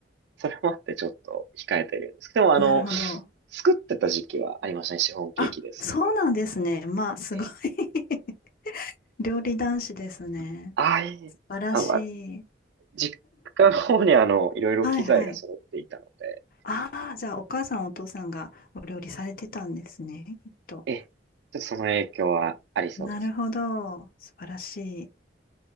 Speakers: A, on the right; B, on the left.
A: それもあってちょっと控えてるんですけど、でもあの、
B: なるほど。
A: 作ってた時期はありましたね。シフォンケーキですとか。
B: あ、そうなんですね。まあ、すごい
A: ええ、
B: <laughs> 料理男子ですね。
A: ああ、いい。
B: 素晴らしい。
A: あ、まあ、実家の方にあの、いろいろ機材が揃っていたので、
B: はいはい。ああ、じゃあお母さんお父さんがお料理されてたんですね、きっと。
A: ええ、ちょっとその影響はありそうです
B: なるほど。素晴らしい。